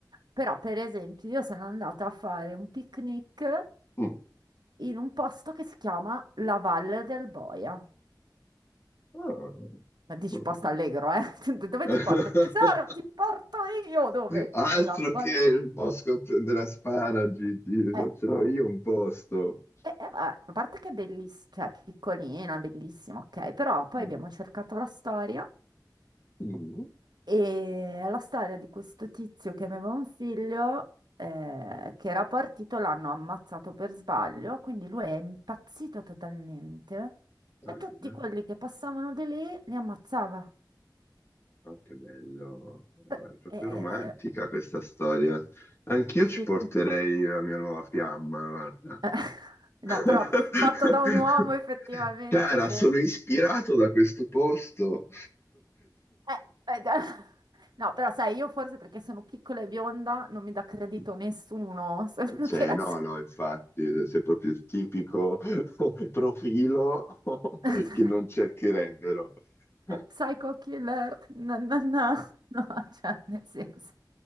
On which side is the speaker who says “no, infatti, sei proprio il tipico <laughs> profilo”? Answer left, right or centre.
Left